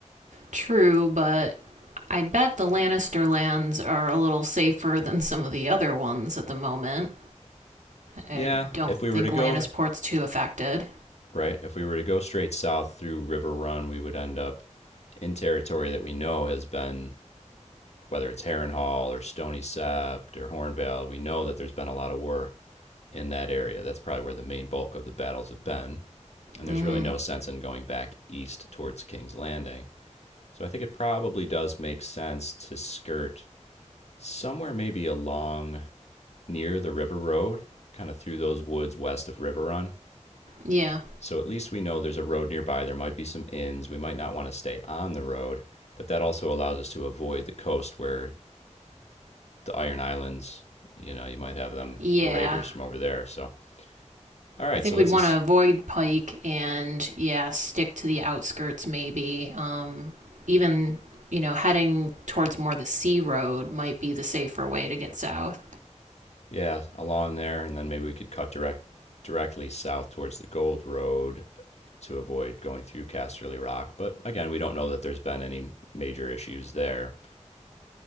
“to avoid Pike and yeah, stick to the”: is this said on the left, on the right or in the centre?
Right